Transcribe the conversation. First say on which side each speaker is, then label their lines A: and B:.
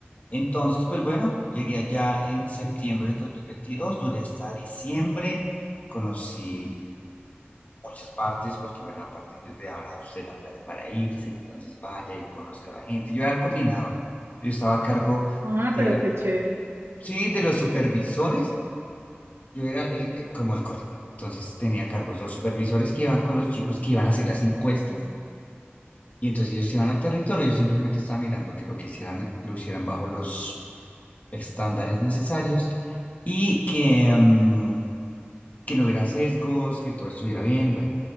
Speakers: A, on the left; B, on the right.
A: Entonces, pues bueno, llegué allá en septiembre del 2022, duré hasta diciembre, conocí muchas partes, porque bueno, aparte ellos le daban a usted la plata para irse, entonces vaya y conozca a la gente. Yo era el coordinador, yo estaba a cargo
B: ah,
A: de,
B: pero qué chévere.
A: sí, de los supervisores yo era el, eh, como el coordinador, entonces tenía cargos los supervisores que iban con los chicos que iban a hacer las encuestas y entonces ellos iban al territorio, yo simplemente estaba mirando que lo que hicieran lo hicieran bajo los estándares necesarios y que, mm, que no hubiera sesgos, que todo estuviera bien, bueno,